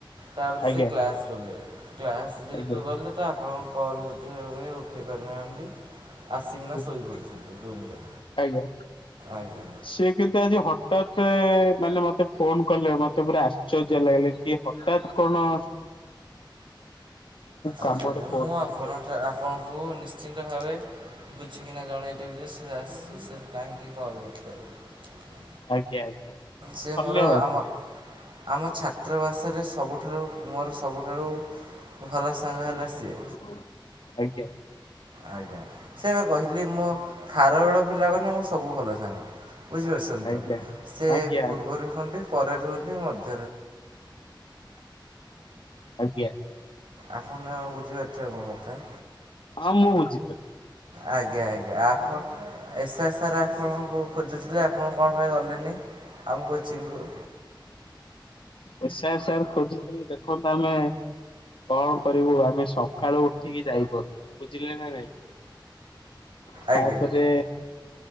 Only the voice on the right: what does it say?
ତାପରେ
ସେ କ୍ଲାସ୍ ଗଲେ କ୍ଲାସ୍ ଯେହେତୁ
ଗଲେ ତ ଆପଣ କଲ ବୋଧହୁଏ ଉଠେଇ ପାରିନାହାଁନ୍ତି। ଆସିକିନା
ଶୋଇପଡୁଛନ୍ତି ରୁମରେ
ଆଜ୍ଞା।
ଆଛା
ଆଛା
ମୁଁ ଆପଣ
ଆପଣଙ୍କୁ ନିଶ୍ଚିନ୍ତ ଭାବେ ବୁଝିକିନା ଜଣାଇ ଦେବି ଯେ ସେ ଆସ କାହିଁକି କଲ କରିଥିଲେ ବୋଲି।
ସେ
ମୋର ଆମ ଆମ ଛାତ୍ରବାସରେ ସବୁଠାରୁ ମୋର ସବୁଠାରୁ ଭଲ ସାଙ୍ଗ
ହେଲା
ସିଏ।
ଆଜ୍ଞା, ସେୟାବା କହିଲି, ମୋ ଖାରବେଳ ପିଲା ମାନେ, ମୋ ସବୁ ଭଲ। ହଁ ବୁଝିପାରସନ୍ତ ତ!
ସେ
ପୂର୍ବରୁ ରୁହଁନ୍ତି, ପରେ ରୁହଁନ୍ତି ମଧ୍ୟ।
ଆପଣ ଆଉ ବୁଝି ପାରୁଥିବେ ମୋ କଥା!
ଆଜ୍ଞା ଆଜ୍ଞା, ଆପଣ ଏସା ସାରା ଆପଣଙ୍କୁ ଖୋଜୁ ଥିଲେ, ଆପଣ କଣ ପାଇଁ ଗଲେନି ଆମ କୋଚିଂକୁ।
ଆଜ୍ଞା